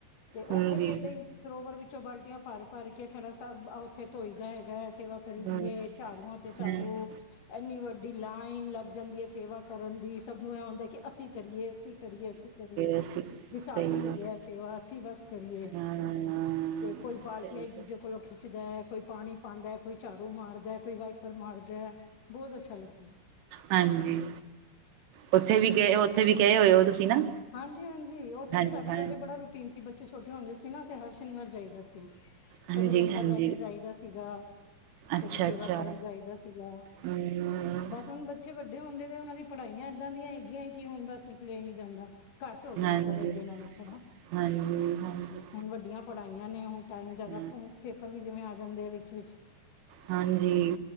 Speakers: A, on the left; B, on the right.
A: ਤੇ
B: ਹਾਂਜੀ
A: ਔਥੇ ਵੀ ਏਦਾਂ ਈ ਸਰੋਵਰ ਵਿੱਚ ਚੋ ਬਾਲਟੀਆਂ ਭਾਰ-ਭਾਰ ਕੇ, ਥੜਾ ਸਾਭ ਔਥੇ ਧੋਈ ਦਾ ਹੈਗਾ। ਸੇਵਾ ਕਰੀ
B: ਹਮ
A: ਦੀ ਏ, ਚਾੜੂਆਂ ਤੇ ਚਾੜੂ
B: ਹਮ
A: ਐਨੀ ਵੱਡੀ ਲਾਈਨ ਲੱਗ ਜਾਂਦੀ ਏ, ਸੇਵਾ ਕਰਨ ਦੀ, ਸਭ ਨੂੰ ਐ ਹੁੰਦਾ ਕਿ ਅਸੀਂ ਕਰੀਏ ਅਸੀਂ ਕਰੀਏ-ਅਸੀਂ ਕਰੀਏ
B: ਅਸੀਂ ਕਰੀਏ,
A: ਵੀ ਸਾਨੂੰ
B: ਸਹੀ
A: ਮਿਲੇ
B: ਗੱਲ
A: ਐ ਸੇਵਾ, ਅਸੀਂ ਬਸ ਕਰੀਏ
B: ਹਾਂ
A: ਤੇ ਕੋਈ ਬਾਲਟੀਆਂ
B: ਸਹੀ
A: ਇੱਕ-ਦੂਜੇ
B: ਗੱਲ,
A: ਕੋਲੋਂ ਖਿੱਚਦਾ, ਕੋਈ ਪਾਣੀ ਪਾਂਦਾ, ਕੋਈ ਚਾੜੂ ਮਾਰਦਾ, ਕੋਈ ਵਾ ਪਰ ਮਾਰਦਾ, ਬੋਤ ਅੱਛਾ ਲੱਗਦਾ ਐ।
B: ਹਾਂਜੀ ਉੱਥੇ ਵੀ ਗਏ ਉੱਥੇ ਵੀ ਗਏ ਹੋਏ ੳ ਤੁਸੀਂ ਨਾ।
A: ਹਾਂਜੀ-ਹਾਂਜੀ ਉੱਥੇ
B: ਹਾਂਜੀ
A: ਤਾਂ ਸਾਡਾ
B: ਹਾਂ
A: ਪੈਲੇ ਬੜਾ ਰੂਟੀਨ ਸੀ, ਬੱਚੇ ਛੋਟੇ ਹੁੰਦੇ ਸੀ ਨਾ ਹਰ ਸ਼ਨੀਵਾਰ ਜਾਈਦਾ ਸੀ।
B: ਹਾਂਜੀ
A: ਕਦੀ ਲੰਗਰ
B: ਹਾਂਜੀ
A: ਲੈ ਕੇ ਜਾਈਦਾ ਸੀਗਾ।
B: ਅੱਛਾ
A: ਕਦੀ ਸੇਵਾ
B: ਅੱਛਾ
A: ਕਰਨ ਜਾਈਦਾ ਸੀਗਾ,
B: ਹਮ
A: ਬਸ ਹੁਨ ਬਚ ਬੱਚੇ ਵੱਡੇ ਹੁੰਦੇ ਤੇ ਉਨਾਂ ਦੀ ਪੜ੍ਹਾਈਆਂ ਏਦਾਂ ਦੀਆਂ ਹੈਗੀਆਂ ਕਿ ਹੁਨ ਬਸ ਨਿਕਲਿਆ ਈ ਨੀ ਜਾਂਦਾ। ਘੱਟ ਹੋ ਗਿਆ
B: ਹਾਂਜੀ
A: ਮਤਲਬ ਅੱਗੇ ਨਾਲੋ ਥੋੜਾ,
B: ਹਾਂਜੀ ਹਾਂਜੀ
A: ਹੁਨ ਵੱਡੀਆਂ ਪੜ੍ਹਾਈਆਂ ਨੇ ਹੁਨ ਟਾਈਮ ਜਾਦਾ
B: ਹਮ
A: ਪੇਪਰ ਵੀ ਜਿਵੇਂ ਆ ਜਾਂਦੇ ਆ ਵਿਚ-ਵਿਚ।
B: ਹਾਂਜੀ